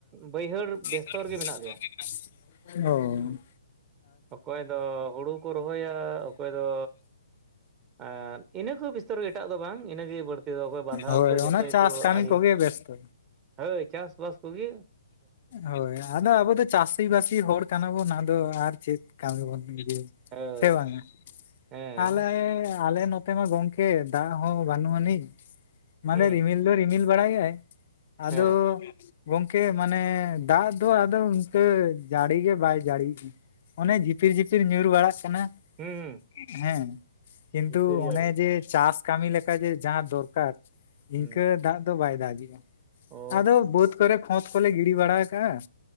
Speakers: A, on the right; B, on the left.
A: ᱵᱟᱹᱭᱦᱟᱹᱲ ᱵᱮᱥᱛᱚ
B: <unintelligible>
A: ᱨᱮᱜᱮ ᱢᱮᱱᱟᱜ ᱞᱮᱭᱟ
B: ᱦᱳᱭ,
A: ᱚᱠᱚᱭ ᱫᱚ ᱦᱩᱲᱩ ᱠᱚ ᱨᱚᱦᱚᱭᱟ, ᱚᱠᱚᱭ ᱫᱚ ᱮᱸᱫ ᱤᱱᱟᱹ ᱠᱚ ᱵᱤᱥᱛᱚᱨ ᱮᱴᱟᱜ ᱫᱚ ᱵᱟᱝ ᱤᱱᱟᱹ ᱜᱮ ᱵᱟᱹᱲᱛᱤ ᱫᱚ ᱚᱠᱚᱭ ᱵᱟᱸᱫᱷᱟᱞ
B: ᱦᱳᱭ
A: ᱠᱚ <unintelligible>
B: ᱚᱱᱟ ᱪᱟᱥ
A: ᱠᱚ
B: ᱠᱟᱹᱢᱤ
A: ᱟᱲᱤ
B: ᱠᱚᱜᱮ ᱵᱮᱥᱛᱚ
A: ᱦᱚᱭ ᱪᱟᱥᱼᱵᱟᱥ ᱠᱚᱜᱤ
B: ᱦᱚᱭ ᱟᱫᱚ ᱟᱵᱚ ᱫᱚ ᱪᱟᱥᱤ-ᱵᱟᱹᱥᱤ ᱦᱚᱲ ᱠᱟᱱᱟ ᱵᱚᱱ ᱟᱫᱚ ᱟᱨ ᱪᱮᱫ ᱠᱟᱱᱵᱚᱱ ᱢᱩᱫᱤ
A: ᱦᱳᱭ
B: ᱥᱮ ᱵᱟᱝᱼᱟ?
A: ᱦᱮᱸ
B: ᱛᱟᱦᱚᱞᱮ ᱟᱞᱮ ᱱᱚᱛᱮ ᱢᱟ ᱜᱚᱢᱠᱮ ᱫᱟᱜ ᱦᱚᱸ ᱵᱟᱹᱱᱩᱜ ᱟᱹᱱᱤᱡ, ᱢᱟᱱᱮ
A: ᱦᱩᱸ
B: ᱨᱤᱢᱤᱞ ᱫᱚ ᱨᱤᱢᱤᱞ ᱵᱟᱲᱟᱭ ᱭᱟᱭ ᱟᱫᱚ
A: ᱦᱮᱸ
B: ᱜᱚᱝᱠᱮ ᱢᱟᱱᱮ ᱫᱟᱜ ᱫᱚ ᱟᱫᱚ ᱤᱱᱠᱟᱹ ᱡᱟᱲᱤᱜᱮ ᱵᱟᱭ ᱡᱟᱲᱤ <unintelligible> ᱚᱱᱮ ᱡᱷᱤᱯᱤᱨ-ᱡᱷᱤᱯᱤᱨ ᱧᱩᱨ ᱵᱟᱲᱟᱜ ᱠᱟᱱᱟ ᱾
A: ᱦᱩᱸ ᱦᱩᱸ᱾
B: ᱦᱮᱸ ᱠᱤᱱᱛᱩ
A: ᱡᱷᱤᱯᱤᱨ ᱡᱟᱹᱲᱤ
B: ᱚᱱᱮ ᱡᱮ ᱪᱟᱥ ᱠᱟᱹᱢᱤ ᱞᱮᱠᱟ ᱡᱮ ᱡᱟᱦᱟᱸ ᱫᱚᱨᱠᱟᱨ ᱤᱱᱠᱟᱹ
A: ᱦᱩᱸ
B: ᱫᱟᱜ ᱫᱚ ᱵᱟᱭ ᱫᱟᱜᱮᱜᱼᱟ
A: ᱚ
B: ᱟᱫᱚ ᱵᱟᱹᱫ ᱠᱷᱚᱛ ᱠᱚᱞᱮ ᱜᱤᱲᱤ ᱵᱟᱲᱟ ᱠᱟᱜᱼᱟ